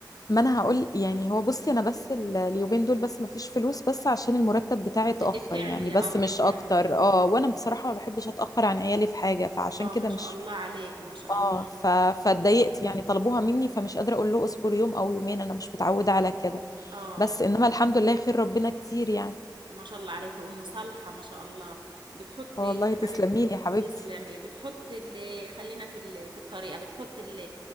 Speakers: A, on the left; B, on the right.
A: ما انا هقول يعني هو بصي انا بس ال- اليومين دول بس مفيش فلوس بس عشان المرتب بتاعي اتاخر
B: بدك تعملي
A: يعني بس
B: اه بدك
A: مش اكتر
B: تعملي
A: اه وانا بصراحه ما بحبش اتاخر عن عيالي في حاجه فعشان
B: اه
A: كده
B: ما شاء
A: مش
B: الله عليك ما شاء
A: اه
B: الله
A: ف... فاتضايقت يعني طلبوها مني فمش قادره اقول له اصبر يوم او يومين انا مش متعوده على كده
B: اه
A: بس انما الحمد لله خير ربنا كتير يعني
B: ما شاء الله عليك ام صالحة ما شاء الله بتحطي
A: والله
B: يا حبيبتي
A: تسلمي لي يا حبيبتي
B: تسلمي بتحط اللي خلينا في ال... في الطريقة بتحط ال...